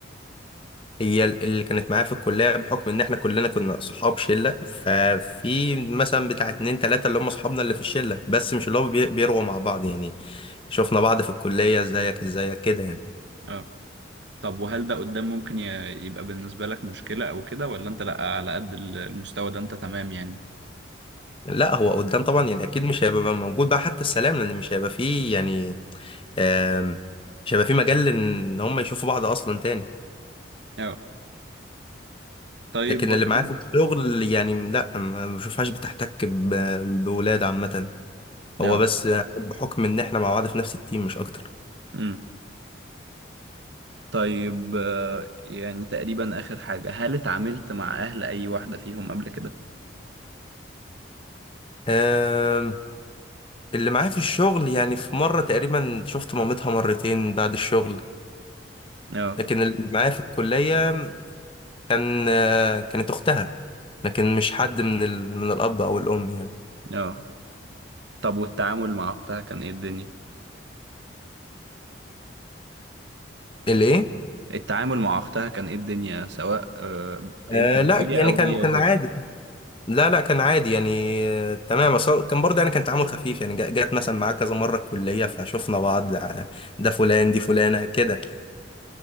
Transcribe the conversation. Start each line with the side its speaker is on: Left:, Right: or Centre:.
Left: هي ال- اللي كانت معايا في الكليه بحكم ان احنا كلنا كنا صحاب شله ففي مثلا بتاع اتنين تلاته اللي هم صحابنا اللي في الشله بس مش اللي هم بي- بيروا مع بعض يعني شفنا بعض في الكليه ازيك ازيك كده يعني
Right: اه طب وهل ده قدام ممكن ي- يبقى بالنسبة لك مشكلة أو كده ولا أنت لأ على قد ال- المستوى ده أنت تمام يعني؟
Left: لا هو قدام طبعا يعني اكيد مش هيبقى موجود بقى حتى السلام لان مش هيبقى فيه يعني آم، مش هيبقى فيه مجال ان هم يشوفوا بعض اصلا تاني
Right: اه طيب
Left: لكن
Right: برضه
Left: اللي معايا في الشغل يعني لا ما بشوفهاش بتحتك ب- بولاد عامة هو
Right: اه
Left: بس بحكم ان احنا مع بعض في نفس التيم مش اكتر
Right: امم طيب آه، يعني تقريبا آخر حاجة هل اتعاملت مع أهل أي واحدة فيهم قبل كده؟
Left: آم، اللي معايا في الشغل يعني في مرة تقريبا شفت مامتها مرتين بعد الشغل
Right: اه
Left: لكن اللي معايا في الكلية كان آه، كانت اختها لكن مش حد من ال... من الاب او الام يعني
Right: اه طب والتعامل مع أختها كان إيه الدنيا؟
Left: الايه
Right: التعامل مع أختها كان إيه الدنيا سواء آه، أنت
Left: آه
Right: وهي
Left: لا يعني
Right: أو
Left: كان
Right: هي
Left: كان
Right: وهي؟
Left: عادي لا لا كان عادي يعني آه، تمام بس هو كان برضه يعني كان تعامل خفيف يعني جا- جات مثلا معاه كذا مرة الكلية فشفنا بعض آه، ده فلان دي فلانة كده